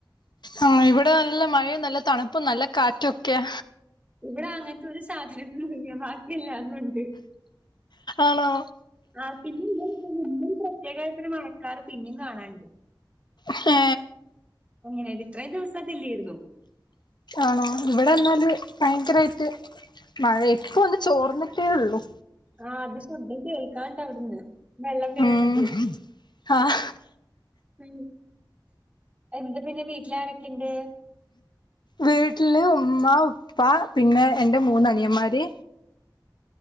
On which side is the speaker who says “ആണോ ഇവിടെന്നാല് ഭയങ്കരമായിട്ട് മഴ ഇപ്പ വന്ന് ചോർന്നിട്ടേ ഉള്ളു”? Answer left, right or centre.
Left